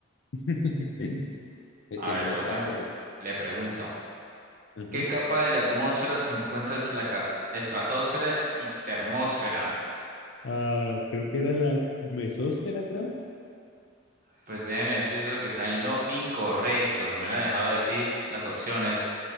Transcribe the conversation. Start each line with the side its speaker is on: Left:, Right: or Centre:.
Left: <laughs> Es
Right: A
Left: que
Right: ver,
Left: no le
Right: socio,
Left: sabes.
Right: le pregunto.
Left: Ujú.
Right: ¿Qué capa de la atmósfera se encuentra entre la ca- estratosfera y termósfera?
Left: Ah, creo que era la mesósfera, creo.
Right: Pues déjeme decir eso que está en lo incorrecto. Se me hubiera dejado decir las opciones.